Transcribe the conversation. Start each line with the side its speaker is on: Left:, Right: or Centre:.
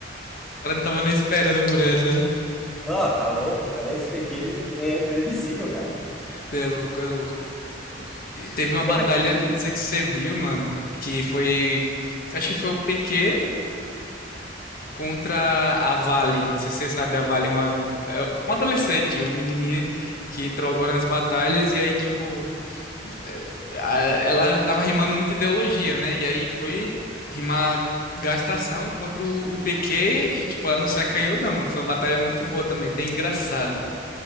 Left: o cara não tava nem esperando por essa.
Centre: Não, tá louco, cara. Esse PQ, ele é imprevisível, cara. O
Left: Você É louco, é louco. E Teve uma batalha,
Centre: que mais?
Left: não sei se você viu, mano, que foi. Acho que foi o PQ contra a Vale. Não sei se você sabe, a Vale é uma, é uma adolescente, uma menininha que entrou agora nas batalhas e aí, tipo, eh, a- ela tava rimando muito ideologia, né? E aí foi rimar gastação contra o, o PQ e, tipo, ela não se acanhou, não, mano. Foi uma batalha muito boa também, bem engraçada.